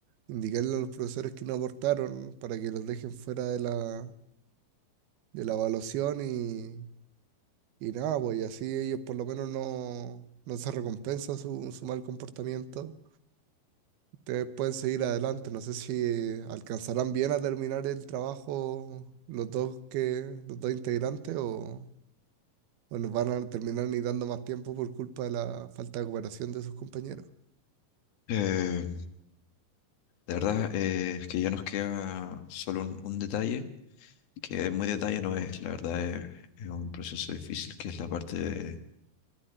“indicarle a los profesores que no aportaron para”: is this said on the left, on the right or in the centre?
Right